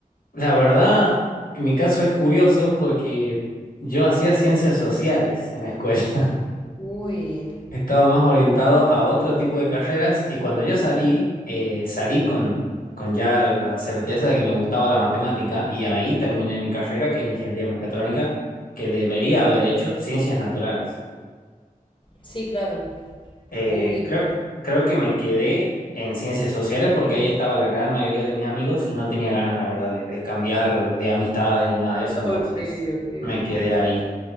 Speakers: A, on the left (about 70°); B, on the left (about 35°).
A: La verdad, en mi caso es curioso porque yo hacía ciencias sociales en la escuela.
B: Uy,
A: Estaba más orientado a otro tipo de carreras y cuando yo salí, eh, salí con, con ya la certeza de que me gustaba la matemática y ahí terminé mi carrera, que es ingeniería mecatrónica, que debería haber hecho ciencias naturales.
B: Sí, claro.
A: Eh,
B: uy.
A: creo, creo que me quedé en ciencias sociales porque ahí estaba la gran mayoría de mis amigos y no tenía ganas, la verdad, de, de cambiar de amistades ni nada de eso,
B: Ok,
A: entonces
B: ok,
A: me quedé ahí.